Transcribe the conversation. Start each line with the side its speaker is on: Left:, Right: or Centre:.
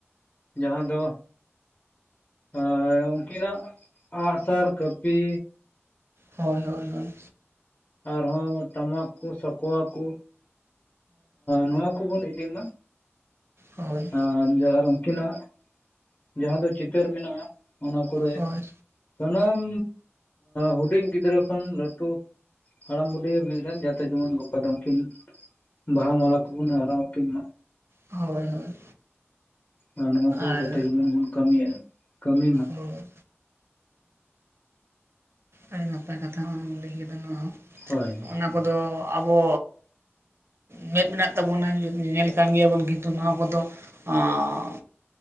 Left: ᱡᱟᱦᱟᱸ ᱫᱚ ᱟᱨ ᱩᱱᱠᱤᱱᱟᱜ ᱟᱸᱜᱥᱟᱨ ᱠᱟᱹᱯᱤ
Right: ᱦᱳᱭ, ᱦᱳᱭ, ᱦᱳᱭ,
Left: ᱟᱨᱦᱚᱸ ᱴᱟᱢᱟᱠ ᱠᱚ ᱥᱟᱠᱟᱣᱟᱠᱚ ᱱᱚᱣᱟ ᱠᱚᱵᱚᱱ ᱤᱫᱤ ᱢᱟ᱾
Right: ᱦᱳᱭ
Left: ᱦᱮᱸ, ᱡᱟᱨ ᱩᱱᱠᱤᱱᱟᱜ ᱡᱟᱦᱟᱸ ᱫᱚ ᱪᱤᱛᱟᱹᱨ ᱢᱮᱱᱟᱜᱼᱟ ᱚᱱᱟ ᱠᱚᱨᱮ
Right: ᱦᱳᱭ
Left: ᱥᱟᱱᱟᱢ ᱦᱩᱰᱤᱧ ᱜᱤᱫᱽᱨᱟᱹ ᱠᱷᱚᱱ ᱞᱟᱹᱴᱩ ᱦᱟᱲᱟᱢ ᱵᱩᱰᱷᱤ ᱦᱟᱹᱵᱤᱡ ᱨᱮᱱ ᱡᱟᱛᱮ ᱡᱮᱢᱚᱱ ᱜᱟᱯᱟ ᱫᱚ ᱩᱱᱠᱤᱱ ᱵᱟᱦᱟ ᱢᱟᱞᱟ ᱠᱚᱵᱩᱱ ᱟᱨᱟᱣ ᱟᱠᱤᱱ ᱢᱟ᱾
Right: ᱦᱳᱭ, ᱦᱳᱭ,
Left: ᱟᱨ ᱱᱚᱣᱟ ᱠᱚ
Right: ᱟᱨ
Left: ᱡᱟᱛᱮ ᱡᱮᱢᱚᱱ ᱵᱚᱱ ᱠᱟᱹᱢᱤᱭᱟ ᱠᱟᱹᱢᱤ ᱢᱟ
Right: ᱦᱚᱸ ᱟᱨ ᱟᱹᱰᱤ ᱱᱟᱯᱟᱭ ᱠᱟᱛᱷᱟ ᱦᱚᱢ ᱞᱟᱹᱭ ᱠᱮᱫᱟ ᱱᱚᱣᱟ ᱦᱚ
Left: ᱦᱳᱭ,
Right: ᱟᱵᱚ ᱫᱚ ᱟᱵᱚ ᱢᱮᱸᱫ ᱢᱮᱱᱟᱜ ᱛᱟᱵᱚᱱᱟ ᱧᱮᱧᱮᱞ ᱠᱟᱱ ᱜᱮᱭᱟᱵᱚᱱ ᱠᱤᱱᱛᱩ ᱱᱚᱣᱟ ᱠᱚᱫᱚ ᱟᱸ,